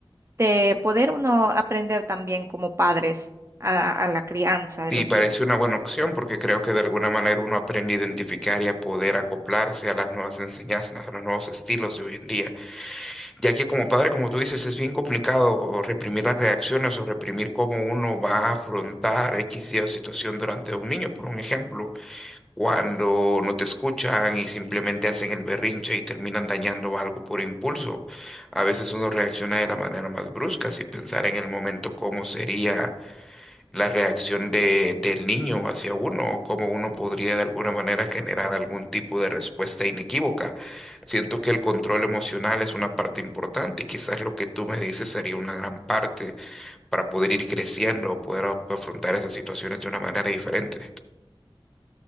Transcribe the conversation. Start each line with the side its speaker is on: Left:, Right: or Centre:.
Right: de poder uno aprender también como padres a a la crianza de
Centre: Y
Right: los
Centre: parece
Right: hijos.
Centre: una buena opción porque creo que de alguna manera uno aprende a identificar y a poder acoplarse a las nuevas enseñanzas, a los nuevos estilos de hoy en día. Ya que como padre, como tú dices, es bien complicado o reprimir las reacciones o reprimir cómo uno va a afrontar X y o situación durante un niño. Por un ejemplo, cuando no te escuchan y simplemente hacen el berrinche y terminan dañando algo por impulso. A veces uno reacciona de la manera más brusca sin pensar en el momento cómo sería la reacción de, del niño hacia uno, o cómo uno podría de alguna manera generar algún tipo de respuesta inequívoca. Siento que el control emocional es una parte importante y quizás lo que tú me dices sería una gran parte para poder ir creciendo o poder af- afrontar esas situaciones de una manera diferente.